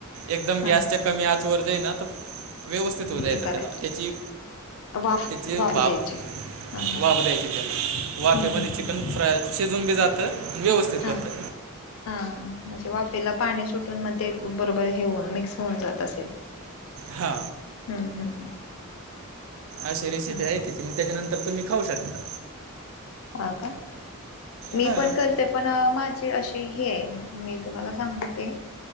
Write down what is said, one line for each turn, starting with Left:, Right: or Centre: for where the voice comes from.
Right: एकदम
Left: हा
Right: गॅसच्या कमी आचवर जे हाय ना, तर व्यवस्थित होऊ जायचं
Left: हे करायचं
Right: त्याला. त्याची
Left: वाफ
Right: तिथे
Left: वाफ
Right: बाप
Left: द्यायचे हा हा
Right: वाफ द्यायचे त्याला,
Left: हम्म
Right: वाफेमध्ये
Left: हम्म
Right: चिकन
Left: हम्म
Right: फ्राय. शिजूनबी जातं आणि व्यवस्थित
Left: हा
Right: बनतं.
Left: हा म्हणजे वाफेला पाणी सुटून. मग ते बरोबर हेऊन मिक्स होऊन जात असेल.
Right: हा,
Left: हम्म हम्म
Right: अशी रेसिपी
Left: हम्म
Right: आहे. तेच्यानंतर मग त्याच्यानंतर तुम्ही खाऊ शकता.
Left: हा का, मीपण
Right: हां
Left: करते पण माझी अशी हे हाय मी तुम्हाला सांगते.